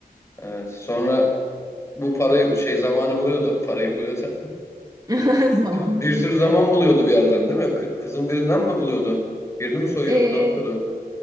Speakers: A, on the left; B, on the right.
A: Evet. Sonra bu parayı şey zamanı buluyordu. <laughs> Parayı buluyordu.
B: <laughs> Zamanında
A: <laughs> Bir sürü zaman
B: evet.
A: buluyordu bir yerden değil mi? Kı- Kızın birinden mi buluyordu? Birini mi soyuyordu?
B: Ee.
A: Ne yapıyordu?